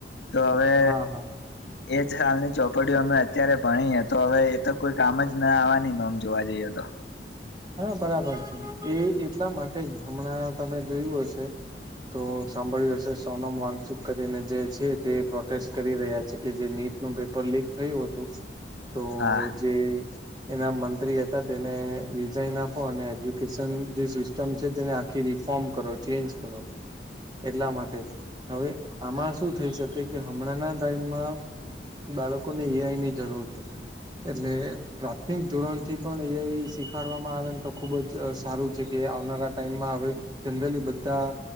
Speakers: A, on the left (about 80°); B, on the right (about 25°).
A: તો હવે
B: હા હા
A: એ જ હાલની ચોપડીઓ અમે અત્યારે ભણી એ તો હવે એ તો કોઈ કામ જ ના આવવાની ઓમ જોવા જઈએ તો.
B: હા બરાબર છે. એ એટલા માટે જ હમણાં તમે જોયું હશે તો સાંભળ્યું હશે સોનમ વાનચુક કરીને જે છે તે પ્રોટેસ્ટ કરી રહ્યા છે કે જે નીટ ટનું પેપર લીક થયું હતું તો
A: હા.
B: જે એના મંત્રી હતા તેને એ જઈન આપો અને એજ્યુકેશન જે સિસ્ટમ છે તેને આખી રિફોર્મ કરો. ચેન્જ કરો એટલા માટે. હવે આમાં શું થઈ શકે કે હમણાંના ટાઈમમાં બાળકોને એઆઈની જરૂર છે. એટલે પ્રાથમિક ધોરણથી પણ એઆઈ શીખ વાડવામાં આવેને તો ખુબ જ સારું છે, કે આવનારા ટાઈમમાં હવે જનરલી બધા